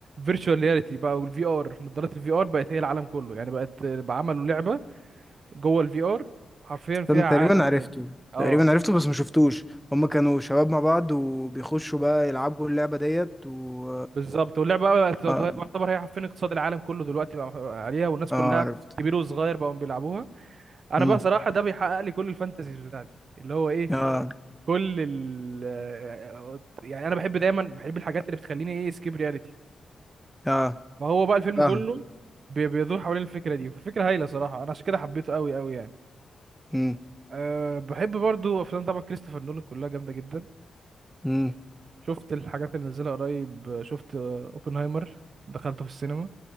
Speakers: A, on the right (about 55°); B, in the centre.
A: فيرتشوال رياليتي بقى والفي ار نظارات الفي ار بقت هي العالم كله يعني بقت بقى عملوا لعبة جوه الفي ار حرفيا فيها
B: كان تقريبا
A: عالم
B: عرفته
A: تاني اه
B: تقريبا عرفته بس ما شفتوش هما كانوا شباب مع بعض وبيخشوا بقى يلعبوا اللعبة ديت و
A: بالظبط واللعبة بقى بقت
B: اه
A: تعتبر هي حرفيا اقتصاد العالم كله دلوقتي بقى عليها والناس كلها
B: اه عرفت
A: كبير وصغير بقوا بيلعبوها انا
B: امم
A: بقى صراحة ده بيحقق لي كل الفانتازيز بتاعتي اللي هو ايه
B: اه
A: كل ال آه، يعني انا بحب دايما بحب الحاجات اللي بتخليني ايه سكيب رياليتي
B: اه
A: فهو بقى الفيلم
B: فاهم
A: كله بي- بيدور حوالين الفكره دي فالفكره هايله صراحه انا عشان كده حبيته قوي قوي يعني
B: امم
A: أه بحب برضو افلام طبعا كريستوفر نولان كلها جامده جدا
B: امم
A: شفت الحاجات اللي نزلها قريب شفت آه، اوبنهايمر دخلته في السينما